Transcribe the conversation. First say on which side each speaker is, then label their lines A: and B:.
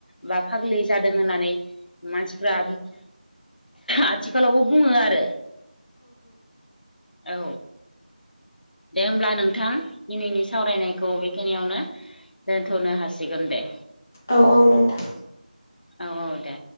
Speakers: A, on the left (about 75°); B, on the left (about 15°).
A: बा फाग्लि जादों होननानै मानसिफ्रा आथिखालावबो बुङो आरो औ दे होमब्ला नोंथां दिनैनि सावरायनायखौ बेखिनियावनो दोनथ'नो हासिगोन दे
B: औ औ नोंथां
A: औ औ दे